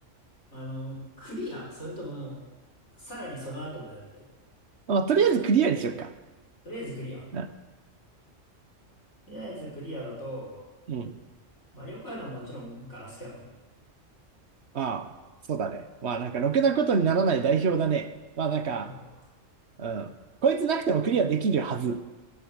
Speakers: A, on the left; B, on the right.
A: あの、クリア、それとも、さらにその後も狙ってる。
B: まあ、とりあえずクリアにしよっか。
A: とりあえずクリア。
B: な、
A: とりあえずクリアだと、
B: うん。
A: まあよくあるのはもちろんガラスキャノン。
B: ああ、そうだね。まあ、なんかろくなことにならない代表だね。まあ、なんか、
A: うん
B: うん。こいつなくてもクリアできるはず。